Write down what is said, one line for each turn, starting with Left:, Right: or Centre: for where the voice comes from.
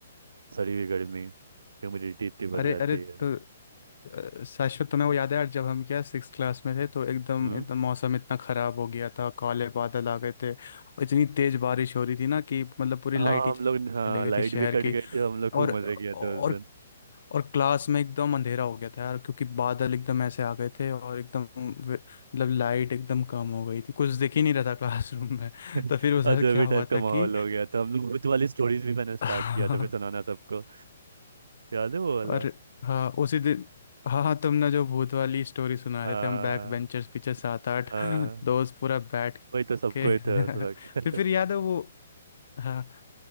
Right: सड़ी हुई गर्मी ह्यूमिडिटी इतनी बढ़
Left: अरे
Right: जाती
Left: अरे तो
Right: है
Left: अ, शाश्वत तुम्हें वो याद है यार, जब हम क्या सिक्स क्लास में थे तो एकदम
Right: हम्म
Left: एकदम मौसम इतना ख़राब हो गया था काले बादल आ गए थे और इतनी तेज़ बारिश हो रही थी ना कि मतलब पूरी
Right: हाँ
Left: लाइट ही
Right: हम
Left: चली
Right: लोग हाँ
Left: गई
Right: लाइट
Left: थी शहर
Right: भी कट
Left: की
Right: गई थी हम लोग खूब
Left: और
Right: मजे किया था
Left: और
Right: उस दिन
Left: और क्लास में एकदम अंधेरा हो गया था यार क्योंकि बादल एकदम ऐसे आ गए थे और एकदम वे- मतलब लाइट एकदम कम हो गई थी कुछ दिख ही नहीं रहा था क्लासरूम में <laughs>
Right: <laughs>
Left: तो फिर उधर
Right: अजब
Left: क्या हुआ
Right: टाइप का
Left: था
Right: माहौल
Left: कि
Right: हो गया था हम लोग भूत वाली स्टोरीज भी मैंने स्टार्ट
Left: <laughs>
Right: किया था फिर सुनाना सबको याद है वो वाला
Left: और हाँ उसी दिन हाँ हाँ तुमने जो भूत वाली स्टोरी सुना
Right: हाँ
Left: रहे थे हम बैक बेंचर्स पीछे सात आठ
Right: हाँ
Left: <laughs> दोस्त पूरा बैठ
Right: वही तो सबको
Left: के
Right: ही
Left: <laughs>
Right: था उस वक्त
Left: फिर फिर याद
Right: <laughs>
Left: है वो हाँ,